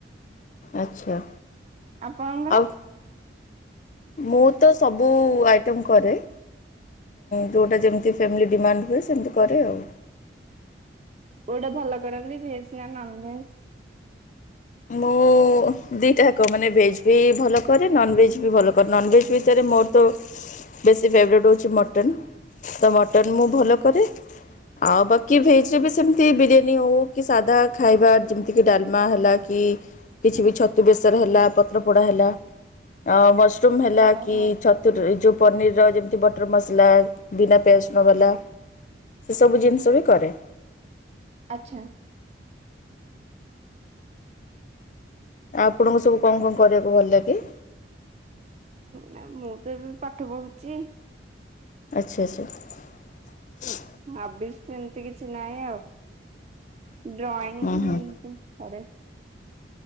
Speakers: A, on the left; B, on the right.
A: ଆଚ୍ଛା।
B: ଆପଣଙ୍କର?
A: ଆଉ ମୁଁ ତ ସବୁ ଆଇଟମ୍ କରେ। ଏଁ, ଯୋଉଟା ଯେମିତି ଫ୍ୟାମିଲି ଡିମାଣ୍ଡ ହୁଏ ସେମିତି କରେ ଆଉ।
B: କୋଉଟା ଭଲ କରନ୍ତି ଭେଜ୍ ନା ନନଭେଜ୍?
A: ମୁଁ ମୁଁ ଦିଟାକ ମାନେ ଭେଜ୍ ବି ଭଲ କରେ। ନନଭେଜ୍ ବି ଭଲ କରେ। ନନଭେଜ୍ ଭିତରେ ମୋର ତ ବେଶୀ ଫେବରେଟ୍ ହଉଛି ମଟନ୍। ତ ମଟନ୍ ମୁଁ ଭଲ କରେ। ଆଉ ବାକି ଭେଜ୍ ରେ ବି ସେମିତି ବିରିୟାନୀ ହଉ କି ସାଧା ଖାଇବା ଯେମିତି କି ଡାଲମା ହେଲା କି କିଛି
B: ହଁ।
A: ବି ଛତୁ ବେସରେ ହେଲା ପତ୍ର ପୋଡା ହେଲା। ଅ ମସ ସରୁମ୍ ହେଲା
B: ଓହୋ
A: କି ଛତୁର ଯୋଉ ପନିରର ଯେମି ସେ ବଟର ମସଲା ବିନା ପିଆଜ ରଶୁଣ ବାଲା। ସେ ସବୁ ଜିନିଷ ବି କରେ।
B: ଆଚ୍ଛା।
A: ଆପଣଙ୍କୁ ସବୁ କଣ କଣ କରିବାକୁ ଭଲ ଲାଗେ।
B: ନା ମୁଁ ତ ଏବେ ପାଠ ପଢୁଚି।
A: ଆଚ୍ଛା ଆଚ୍ଛା।
B: ଆବିଷ ସେମିତି କିଛି ନାହିଁ ଆଉ। ଡ୍ରଇଂ
A: ହୁଁ ହୁଁ
B: ଏମିତି କରେ।